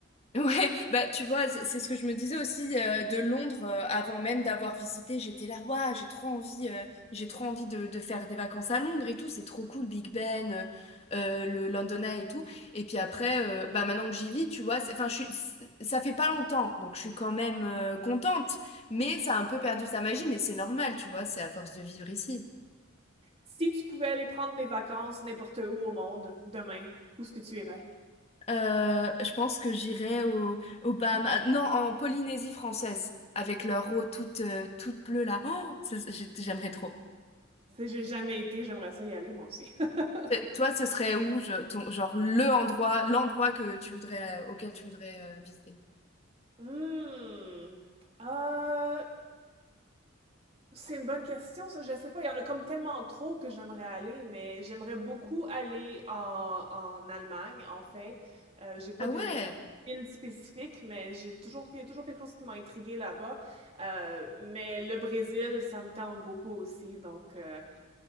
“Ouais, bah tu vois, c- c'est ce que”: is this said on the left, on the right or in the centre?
Left